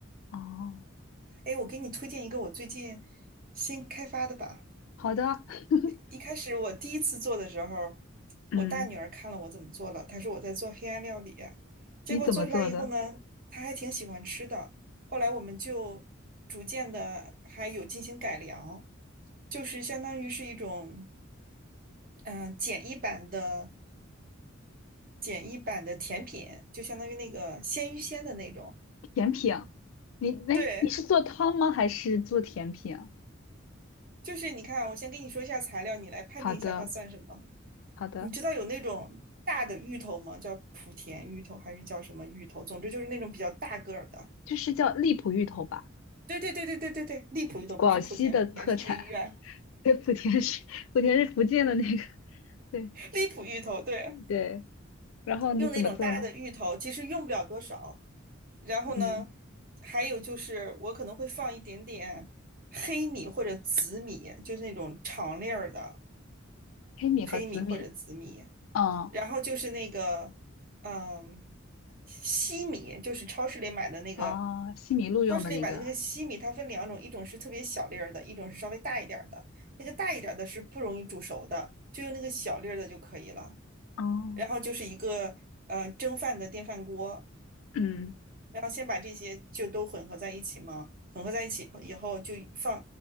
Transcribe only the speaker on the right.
哎，我给你推荐一个我最近新开发的吧。
一开始我第一次做的时候，
我大女儿看了我怎么做了，她说我在做黑暗料理啊，结果做出来以后呢，
她还挺喜欢吃的。后来我们就逐渐的还有进行改良，就是相当于是一种嗯、呃简易版的简易版的甜品，就相当于那个鲜芋仙的那种。
对，
就是你看，我先跟你说一下材料，你来判定一下它算什么。
你知道有那种大的芋头吗？叫莆田芋头还是叫什么芋头？总之就是那种比较大个儿的。
对对对对对对对，荔浦芋头不是莆田，
莆田是那个医院，
荔浦芋头对，
用那种大的芋头，其实用不了多少。然后呢，
还有就是我可能会放一点点黑米或者紫米，就是那种长粒儿的
黑米或者紫米，
然后就是那个，嗯，西米，就是超市里买的那个，
超市里买的那个西米，它分两种，一种是特别小粒儿的，一种是稍微大一点儿的。那个大一点儿的是不容易煮熟的，就用那个小粒儿的就可以了。
然后就是一个，呃，蒸饭的电饭锅，
然后先把这些就都混合在一起吗？混合在一起以后就放，